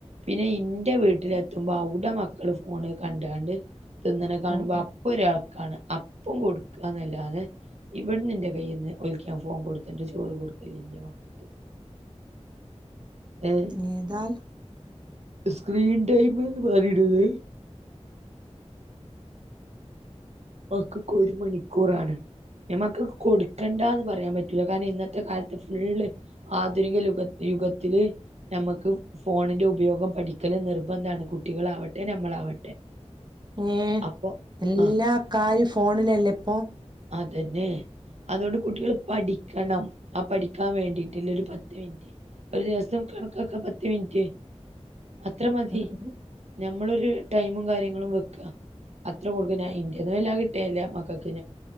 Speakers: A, on the right; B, on the right.
A: പിന്നെ എന്റെ വീട്ടില എത്തുമ്പോ അവിടെ മക്കള് ഫോണ് കണ്ട കണ്ട് തിന്നനെ കാണുമ്പോ
B: ഉം ഉം
A: അപ്പൊ ഒരാൾ ക്കാണ അപ് ഒപ്പം കൊടുക്കുകന്നല്ലാതെ ഇവിടെ നിന്റെ കയ്ന്ന് ഒലിക്കാൻ ഫോൺ കൊടുത്തിട്ട് ചോറ് കൊടുക്കലല്ലേ മക്കൾക്ക് ഏഹ്
B: ഏതാൽ
A: സ്ക്രീൻ ടൈം എന്ന് പറയണത് ക്ക് ഒരു മണിക്കൂറാണ് നമ്മക്ക് കൊടുക്കണ്ടന്ന് പറയാൻ പറ്റൂില്ല കാരണം ഇന്നത്തെ കാലത്ത് ഫുള് ആധുനിക യുഗ യുഗത്തില് നമ്മുക്ക് ഫോണിന്റെ ഉപയോഗം പഠിക്കല് നിർബന്ധാണ് കുട്ടികളാവട്ടെ നമ്മളാവട്ടെ
B: ഏ
A: അപ്പൊ
B: എല്ലാ
A: ആഹ്
B: കാര് ഫോണിലല്ലേ ഇപ്പോൾ
A: അതന്നെ അതുകൊണ്ട് കുട്ടികള് പഠി ക്കണം ആ പഠിക്കാൻ വേണ്ടിട്ടില്ല ഒരു പത്ത് മിനിറ്റ് ഒരു ദിവസം കണക്കൊക്കെ പത്ത് മിനിറ്റ് അത്ര മതി
B: ഉം ഉം
A: നമ്മളൊരു ടൈമും കാര്യങ്ങളും വെക്ക അത്ര കൊടുക്ക വില കിട്ടിയല്ല മക്കൾക്ക്